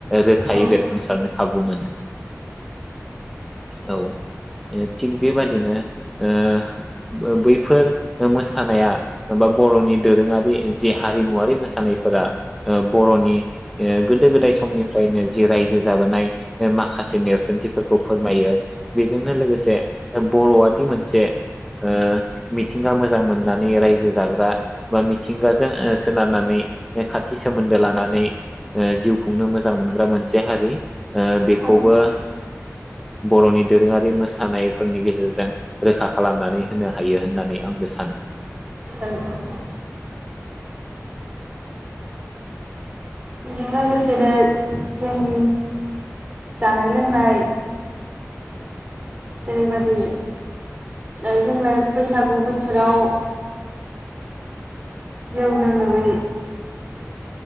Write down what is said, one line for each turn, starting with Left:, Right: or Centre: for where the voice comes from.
Centre: रोखायै
Right: औ
Centre: बेरखांसारनो खाबु मोनो औ ओ थिग बेबादिनो ओ बो बैफोर मोसानाया बा बर'नि दोरोङारि जि हारिमुवरारि मोसानायफोरा ओ बर'नि ओ गोदो-गोदाय समनिफ्रायनो जि रायजो जाबोनाय ओ माखासे नेरसोनथिफोरखौ फोरमायो बेजोंनो लोगोसे बर'आदि मोनसे ओ मिथिंगा मोजां मोननानै रायजो‌ जो जाग्रा बा मिथिंगाजों ओ सोनारनानै खाथि सोमोन्दो लानानै ओ जिउ खुंनो मोजां मोनग्रा मोनसे हारि ओ बेखौबो
Right: औ
Centre: बर'नि दोरोङारि मोसानायफोरनि गेजेरजों रोखा खालामनानै होनो हायो होननानै आंबो सानो
Right: ओं उम बेजों लोगोसेनो जोंनि जानाय-लोंनाय जेरैबायदि ओ जोंलाय बैसागु बोथोराव जौ लोङो बै